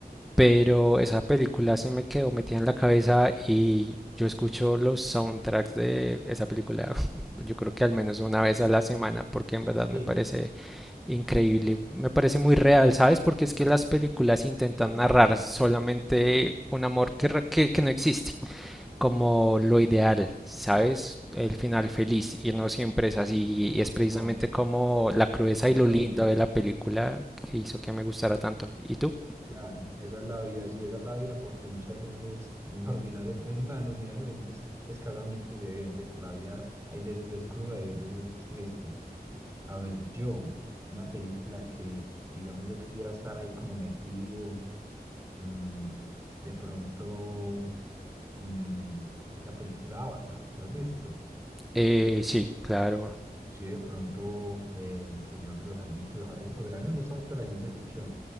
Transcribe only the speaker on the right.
Sí,
sí,
e-
eso
pasa.
No,
esa
es la
vida.
Claro, esa es la vida, sí, esa es la vida, porque muchas veces los finales, es más, los finales felices escasamente se ven, ¿cierto? La vida hay veces es cruda y hay veces es triste. A ver, yo, una película que, digamos, yo quisiera estar ahí como metido, mm, de pronto, mm, esa película Avatar, ¿la has visto?
Inclusive de pronto eh, El Señor de los Anillos, Harry Potter, a mí me gusta mucho la ciencia ficción,